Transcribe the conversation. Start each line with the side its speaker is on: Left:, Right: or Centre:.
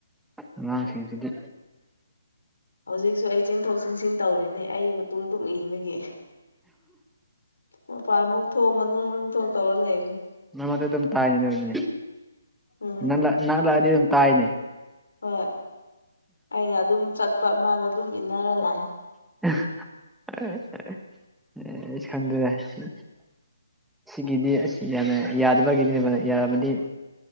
Centre: ꯑꯉꯥꯡꯁꯤꯡꯁꯤꯗꯤ
Left: ꯍꯧꯖꯤꯛꯁꯨ ꯑꯩ ꯆꯦꯟꯊꯣꯛ ꯆꯦꯟꯁꯤꯟ ꯇꯧꯔꯤꯅꯦ ꯑꯩ ꯃꯇꯨꯡ ꯗꯨꯛ ꯏꯟꯕꯒꯤ꯫ ꯃꯄꯥꯥꯟ ꯑꯃꯨꯛ ꯊꯣꯛ ꯃꯅꯨꯡ ꯑꯃꯨꯛ ꯊꯣꯛ ꯇꯧꯔ ꯂꯩꯕꯅꯤ꯫
Centre: ꯃꯔ ꯃꯔꯛꯇ ꯑꯗꯨꯝ ꯇꯥꯏꯅꯦ ꯑꯗꯨꯣꯏꯅꯦ
Left: ꯎꯝ
Centre: ꯅꯪ ꯅꯪ ꯂꯥꯛꯑꯗꯤ ꯑꯗꯨꯝ ꯇꯥꯏꯅꯦ꯫
Left: ꯍꯣꯏ ꯑꯩꯅ ꯑꯗꯨꯝ ꯆꯠꯄ ꯃꯥꯗ ꯑꯗꯨꯝ ꯏꯟꯅꯔ ꯂꯥꯛ
Centre: <unintelligible> ꯁꯤꯒꯤꯗꯤ ꯑꯁ ꯌꯥꯅ ꯌꯥꯗꯕꯒꯤꯅꯦꯕ ꯌꯥꯔꯝꯑꯗꯤ